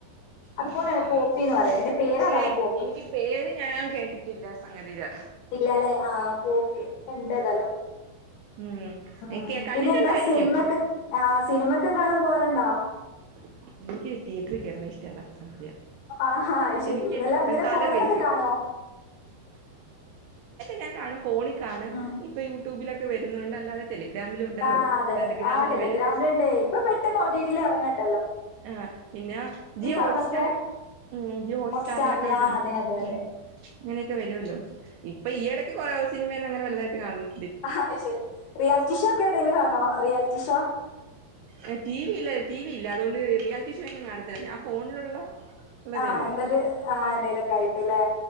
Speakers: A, on the left; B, on the right.
A: അതുപോലെയാണ്
B: ആ ആ ആഹ്
A: പോപ്പിന്ന് പറയും എന്റെ പേര്
B: പക്ഷെ
A: അതാണ് പോപ്പി
B: എനിക്ക് പേര് ഞാൻ കേട്ടിട്ടില്ല സംഗതിയില്
A: ഇല്ലല്ലേ ആ പോപ്പി പ്പ ണ്ടെതാലു
B: ഉം
A: ഒ
B: എനിക്ക്
A: ഓ
B: കണ്ടിട്ടുണ്ടായിരിക്കും
A: പിന്നെ എന്താ സിനിമക്കെ ആ സിനിമൊക്കെ കാണാൻ പൊവാറുണ്ടോ?
B: <unintelligible> ക്ക് തിയേറ്റ്റി കെർണഹ് ഇഷ്ടല്ലാത്ത സംഗതിയ
A: ആഹാ ആ ശരി
B: എനിക്ക്
A: ഇതല്ലാം അങ്ങന
B: തല
A: ഫോണ്ന്നൊക്കെ
B: പെരിക്കും
A: കാണോ
B: ഞ കാണും ഫോണിൽ ആണ്
A: ഉം.
B: ഇപ്പൊ യൂട്യൂബിലൊക്കെ വരും ന്നുണ്ട് അല്ലാതെ ടെലിഗ്രാമിലും ഉണ്ടല്ലോ
A: ആ അതെ
B: ടെലിഗ്രാമിൽ
A: ആ ടെലിഗ്രാമിലുണ്ട്
B: വരും
A: ഇപ്പൊ പെട്ടെന്ന് ഒടിട്ടില് ഇറങ്ങണ്ട്
B: ആ പിന്നെ ജിയോ
A: ആവുന്നൊക്കെ
B: ഹോട്ട്സ്റ്റാർ ഉം ജിയോ ഹോട്ട്സ്റ്റാറിലൊക്കെ
A: ഹോട്ട് സ്റ്റാറില്
B: വരുമല്ലോ
A: ആ അതെ അതെ അതെ
B: ഉം അങ്ങനെയൊക്കെ വരുവല്ലോ ഇപ്പൊ ഈയിടക്ക് കൊ റേ സിനിമ വലുതായിട്ട് കാണണ്ട്
A: ആ ശരി റിയാലിറ്റി ഷോ ഒക്കെ ഏതെങ്കിലും കാണോ റിയാലിറ്റി ഷോ
B: ആ ടിവിയിലെ ടി വി ഇല്ല അതുകൊണ്ട് റിയാലിറ്റി ഷോന്നും കാണത്തില്ല ഞാ ഫോണിലുള്ള ഉള്ളതേ
A: ആഹ
B: ഉള്ളൂ
A: എന്തായാലും ആ എന്തായലൊക്കെ ആയിട്ടില്ലേ